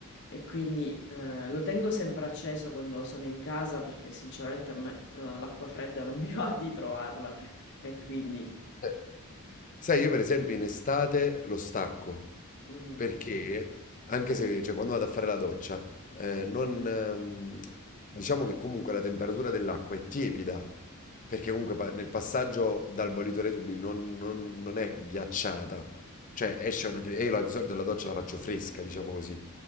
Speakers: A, on the left (about 55°); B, on the left (about 35°).
A: e quindi eh, lo tengo sempre acceso quando sono in casa perché sinceramente a me eh, l'acqua fredda non <laughs> mi va di trovarla e quindi...
B: Eh. Sai, io per esempio in estate lo stacco,
A: mhm.
B: Perché anche se cioè, quando vado a fare la doccia, eh, non, ehm, diciamo che comunque la temperatura dell'acqua è tiepida, perché comunque pa- nel passaggio dal bollitore ai tubi non, non- non è ghiacciata. Cioè esce una... te- E io la- di solito la doccia la faccio fresca, diciamo così.